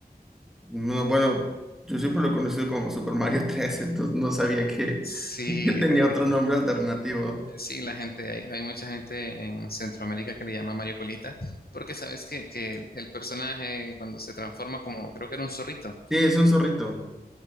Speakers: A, in the centre; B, on the left.
A: No, bueno, yo siempre lo he conocido como Super Mario <laughs> tres entonces no sabía que,
B: Sí,
A: <laughs> que tenía
B: aquí-
A: otro
B: aquí-
A: nombre alternativo.
B: sí, la gente, hay, hay mucha gente en Centroamérica que le llama Mario Colita, porque sabes que, que el personaje cuando se transforma como, creo que era un zorrito.
A: Sí, es un zorrito.